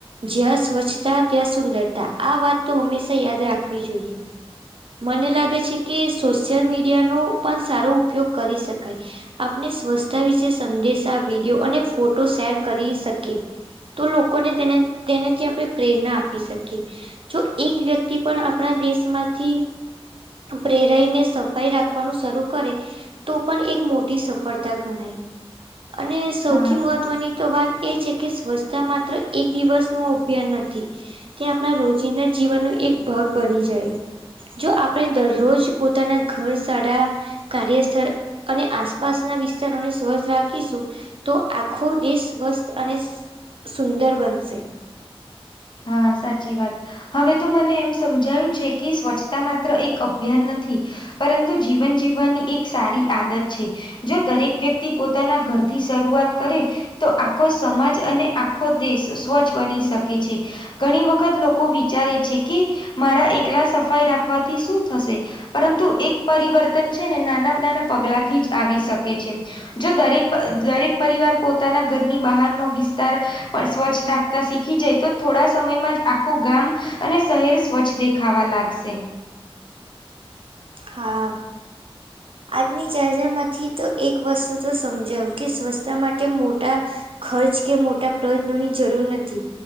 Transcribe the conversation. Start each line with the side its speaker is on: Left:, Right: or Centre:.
Right: જ્યાં સ્વચ્છતા ત્યાં સુંદરતા. આ વાત તો હંમેશા યાદ રાખવી જોઈએ. મને લાગે છે કે સોશિયલ મીડિયાનો પણ સારો ઉપયોગ કરી શકાય. આપને સ્વચ્સ્તા વિશે સંદેશા, વિડીયો અને ફોટો શેર કરી શકીએ તો લોકોને તેને તેનેથી આપડે પ્રેરણા આપી શકીએ. જો એક વ્યક્તિ પણ આપણા દેશમાંથી પ્રેરાઈને સફાઈ રાખવાનું શરૂ કરે તો પણ એક મોટી સફળતા ગણાય. અને સૌથી
Left: હા
Right: મહત્વની તો વાત એ છે કે સ્વચ્છતા માત્ર એક દિવસ નું અભિયાન નથી તે આપણા રોજિંદા જીવનનો એક ભાગ બની જાય. જો આપણે દરરોજ પોતાના ઘર સારા કાર્યસ્થળ અને આસપાસના વિસ્તારોને સ્વચ્છ રાખીશું. તો આખો દેશ સ્વસ્થ અને સુંદર બનશે.
Left: હા સાચી વાત. હવે તો મને એમ સમજાયું છે, કે સ્વચ્છતા માત્ર એક અભિયાન નથી. પરંતુ જીવન જીવવાની એક સારી આદત છે. જો દરેક વ્યક્તિ પોતાના ઘરથી શરૂઆત કરે તો આખો સમાજ અને આખો દેશ સ્વચ્છ બની શકે છે. ઘણી વખત લોકો વિચારે છે, કે મારા એકલા સફાઈ રાખવાથી શું થશે? પરંતુ એક પરિવર્તન છે ને નાના-નાના પગલાથી જ આવી શકે છે. જો દરેક-દરેક પરિવાર પોતાના ઘરની બહારનો વિસ્તાર પણ સ્વચ્છ રાખતા શીખી જાય તો થોડા સમયમાં જ આખું ગામ અને શહેર સ્વચ્છ દેખાવા લાગશે.
Right: હા. આજની ચર્ચામાંથી તો એક વસ્તુ તો સમજાયું, કે સ્વચ્છતા માટે મોટા ખર્ચ કે મોટા પ્રયત્નોની જરૂર નથી.